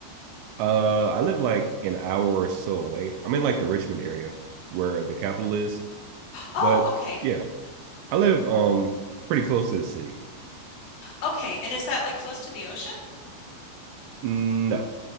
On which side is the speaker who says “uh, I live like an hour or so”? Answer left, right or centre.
Right